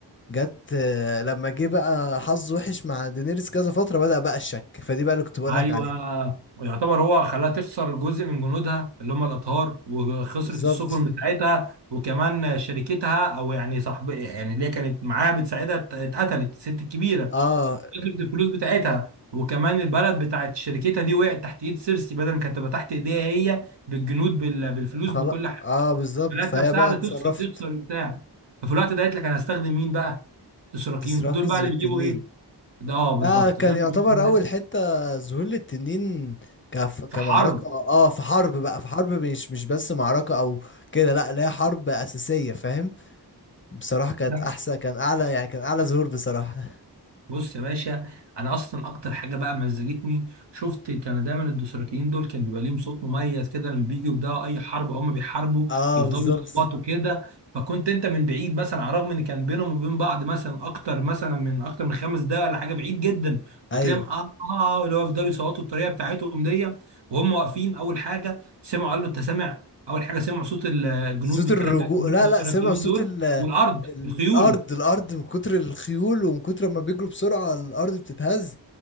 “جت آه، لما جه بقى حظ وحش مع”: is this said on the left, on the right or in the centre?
Left